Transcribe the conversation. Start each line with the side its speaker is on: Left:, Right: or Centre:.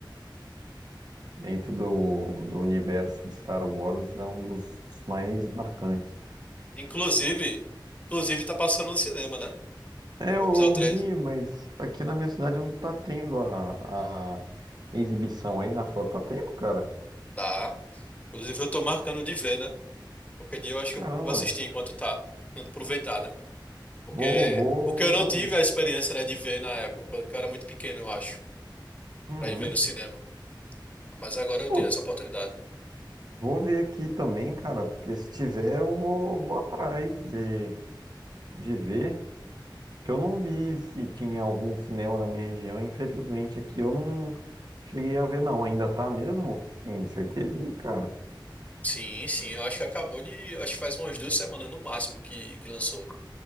Right: dentro do, do universo de Star Wars, é um dos mais marcantes.
Left: Inclusive, inclusive tá passando no cinema, né?
Right: É,
Left: O
Right: eu,
Left: episódio
Right: eu
Left: três
Right: vi, mas aqui na minha cidade não tá tendo a, a exibição aí na sua. Tá tendo, cara?
Left: Tá. Inclusive eu tô marcando de ver, né? Qualquer dia eu acho que
Right: Caramba,
Left: eu, que eu vou assistir enquanto tá. <laughs> Aproveitar, né? Porque,
Right: vou, vou.
Left: porque eu não tive a experiência, né, de ver na época, porque eu era muito pequeno, eu acho,
Right: Uhum.
Left: pra ir ver no cinema. Mas agora eu
Right: Pô,
Left: tenho essa oportunidade.
Right: vou ver aqui também, cara, porque se tiver eu vou, vou atrás de, de ver. Que eu não vi se tinha algum cinema na minha região, infelizmente aqui eu não cheguei a ver, não. Ainda tá mesmo? Você Tem certeza? Ih, cara.
Left: Sim, sim, eu acho que acabou de. Acho que faz umas duas semanas no máximo que, que lançou.